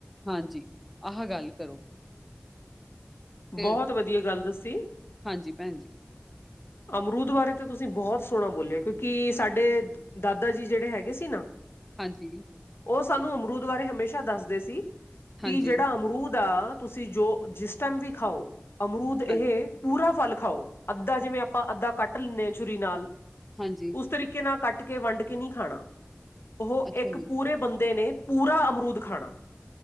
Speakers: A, in the centre; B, on the left.
A: ਹਾਂਜੀ, ਆਹਾ ਗੱਲ ਕਰੋ। ਤੇ
B: ਬਹੁਤ ਵਧੀਆ ਗੱਲ ਦੱਸੀ।
A: ਹਾਂਜੀ ਭੈਣ ਜੀ।
B: ਅਮਰੂਦ ਬਾਰੇ ਤਾਂ ਤੁਸੀਂ ਬਹੁਤ ਸੋਹਣਾ ਬੋਲਿਆ ਕਿਉਂਕਿ ਸਾਡੇ ਦਾਦਾ ਜੀ ਜਿਹੜੇ ਹੈਗੇ ਸੀ ਨਾ
A: ਹਾਂਜੀ।
B: ਉਹ ਸਾਨੂੰ ਅਮਰੂਦ ਬਾਰੇ ਹਮੇਸ਼ਾ ਦੱਸਦੇ ਸੀ, ਕਿ
A: ਹਾਂਜੀ,
B: ਜਿਹੜਾ ਅਮਰੂਦ ਆ, ਤੁਸੀਂ ਜੋ ਜਿਸ ਟਾਈਮ ਵੀ ਖਾਓ ਅਮਰੂਦ ਇਹ
A: ਹਾਂ
B: ਪੂਰਾ ਫਲ ਖਾਓ ਅੱਧਾ ਜਿਵੇਂ ਆਪਾਂ ਅੱਧਾ ਕੱਟ ਲੈਂਦੇ ਹਾਂ ਛੂਰੀ ਨਾਲ,
A: ਹਾਂਜੀ।
B: ਉਸ ਤਰੀਕੇ ਨਾਲ ਕੱਟ ਕੇ, ਵੱਡ ਕੇ, ਨਹੀਂ ਖਾਣਾ ਉਹ
A: ਅੱਛਾ
B: ਇੱਕ
A: ਜੀ,
B: ਪੂਰੇ ਬੰਦੇ ਨੇ, ਪੂਰਾ ਅਮਰੂਦ ਖਾਣਾ,